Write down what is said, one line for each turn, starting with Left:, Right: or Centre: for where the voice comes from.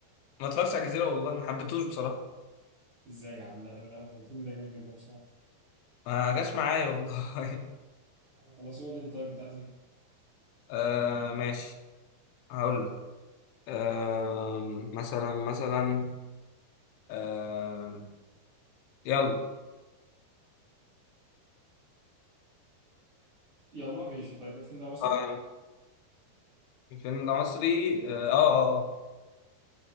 Left: ما اتفرجتش على الجزيرة والله ما حبيتهوش بصراحة
Right: ازاي يا عم لا ده لا، ده الفيلم ده جميل جدا بصراحه
Left: ما جاش معايا والله
Right: خلاص هو اللي طيب انت عايز ايه؟
Left: <laughs> آه ماشي هقول لك آه مثلا مثلا آه يلا
Right: يلا ماشي طيب الفيلم ده مصري
Left: آه الفيلم ده مصري اه اه آه.